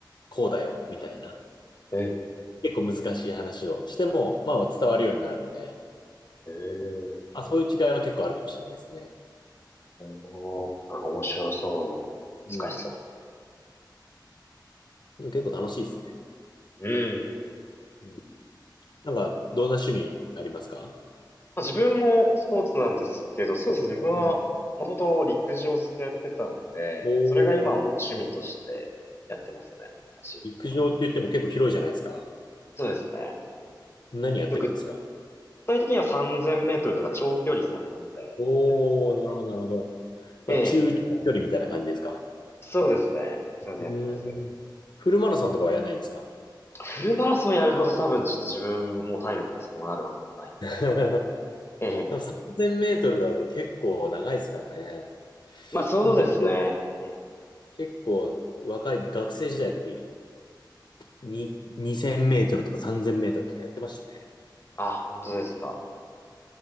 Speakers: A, on the left; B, on the left.
A: こうだよ、みたいな、
B: ええ、
A: 結構難しい話をしても、まあ伝わるようになるんで、
B: ええ、
A: あ、そういう違いは結構あるかもしれないですね。
B: おー、なんか面白そうな。
A: うん。
B: 難しそ
A: でも結構楽しいですね。
B: うな。うん。
A: うん。なんか、どんな趣味ありますか
B: まあ、自分もスポーツなんですけど、そうですね。自分はもともと陸上をずっとやってたので、
A: うん。お
B: それが今はもう趣味としてやってますね。
A: ー、
B: 走ることは。
A: 陸上って言っても結構広いじゃないですか。
B: そうですね。
A: 何やってるんですか
B: あと具体的には3000メートルとか長距離専門でやってますね。
A: おー、なるほど、なるほど。まあ、
B: ええ、
A: 中長距離みたいな感じですか。
B: そうですね。それでやってます。
A: うーん。フルマラソンとかはやらないんですか
B: フルマラソンやるほど多分ちょっと自分も体力がそこまであるわけではない。
A: <laughs> で
B: ええ、
A: も3000メートルだと結構長いですからね。
B: まあそうですね。
A: でも僕も
B: ええ、
A: 結構若い学生時代の時に2000メートルとか3000メートルとかやってましたね。
B: あ、本当ですか。